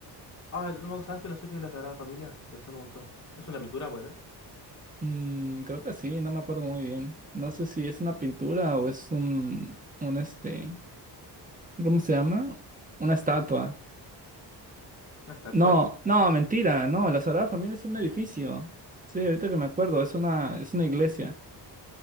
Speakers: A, on the left; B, on the right.
A: Ah, no, ¿sabes que no sé qué es la Sagrada Familia? Me suena un montón. ¿Es una pintura, puede ser?
B: Mm, creo que sí, no me acuerdo muy bien. No sé si es una pintura o es un, un este, ¿cómo se llama? Una estatua.
A: ¿Una estatua?
B: No, no, mentira, no, la Sagrada Familia es un edificio. Sí, ahorita que me acuerdo, es una, es una iglesia.